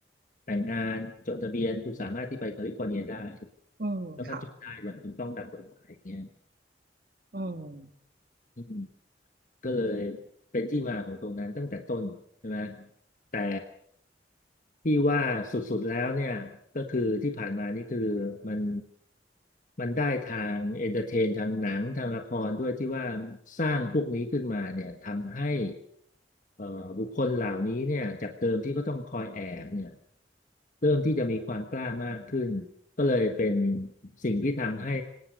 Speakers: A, on the left; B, on the right.
A: แต่งงานจดทะเบียนคุณสามารถที่ไปแคลิฟอร์เนียได้
B: อืมค่ะ
A: แล้วก็จดได้อย่างถูกต้องตามกฎหมายอย่างเงี้ย
B: อืม
A: อืม ก็เลยเป็นที่มาของตรงนั้นตั้งแต่ต้นใช่ไหมแต่ที่ว่าสุดๆแล้วเนี่ยก็คือที่ผ่านมานี่คือมันมันได้ทางเอนเตอร์เทนทางหนังทางละครด้วยที่ว่าสร้างพวกนี้ขึ้นมาเนี่ยทำให้เอ่อบุคคลเหล่านี้เนี่ยจากเดิมที่ก็ต้องคอยแอบเนี่ยเริ่มที่จะมีความกล้ามากขึ้นก็เลยเป็นสิ่งที่ทำให้